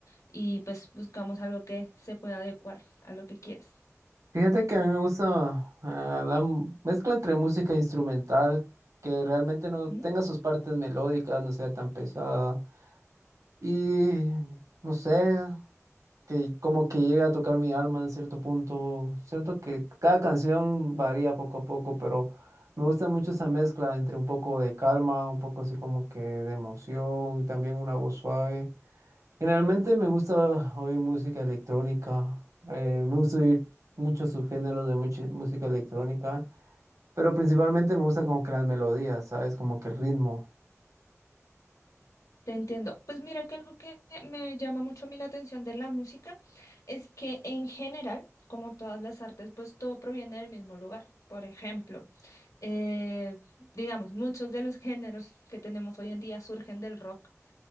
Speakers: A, on the left; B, on the right.
A: Y pues buscamos algo que se pueda adecuar a lo que quieres.
B: Fíjate que a mí me gusta ah, la m- mezcla entre música instrumental, que realmente no
A: ¿Mm?
B: tenga sus partes melódicas, no sea tan pesada. Y no sé. que como que llega a tocar mi alma en cierto punto. Cierto que cada canción varía poco a poco, pero me gusta mucho esa mezcla entre un poco de calma, un poco así como que de emoción y también una voz suave. Generalmente me gusta oír música electrónica, eh, me gusta oír muchos subgéneros de muchi- música electrónica, pero principalmente me gusta como que las melodías, ¿sabes? Como que el ritmo.
A: Te entiendo. Pues mira que algo que me llama mucho a mí la atención de la música es que en general, como todas las artes, pues todo proviene del mismo lugar. Por ejemplo, eh, digamos, muchos de los géneros que tenemos hoy en día surgen del rock,